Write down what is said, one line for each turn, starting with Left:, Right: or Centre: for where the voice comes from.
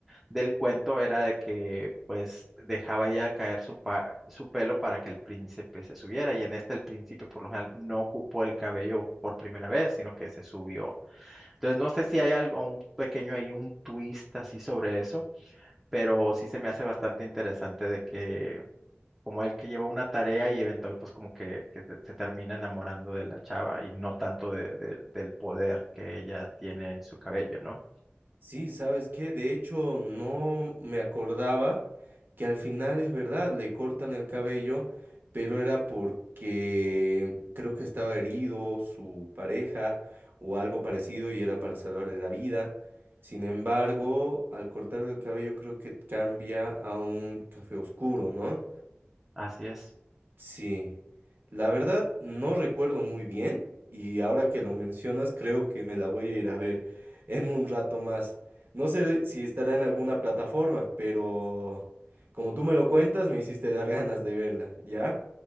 Centre: del cuento, era de que pues dejaba ella caer su, pa- su pelo para que el príncipe se subiera. Y en este el príncipe por lo general no ocupó el cabello por primera vez, sino que se subió. Entonces no sé si hay algo, un pequeño ahí, un twist así sobre eso, pero sí se me hace bastante interesante de que como el que lleva una tarea y eventual pues como que, que se, se termina enamorando de la chava y no tanto de- de- del poder que ella tiene en su cabello, ¿no?
Right: Sí, ¿sabes qué? De hecho, no me acordaba que al final es verdad, le cortan el cabello, pero era porque creo que estaba herido su pareja o algo parecido y era para salvarle la vida. Sin embargo, al cortar el cabello creo que cambia a un café oscuro, ¿no?
Centre: Así es.
Right: Sí, la verdad no recuerdo muy bien y ahora que lo mencionas creo que me la voy a ir a ver en un rato más. No sé si estará en alguna plataforma, pero como tú me lo cuentas me
Centre: Mm.
Right: hiciste dar <laughs> ganas de verla, ¿ya?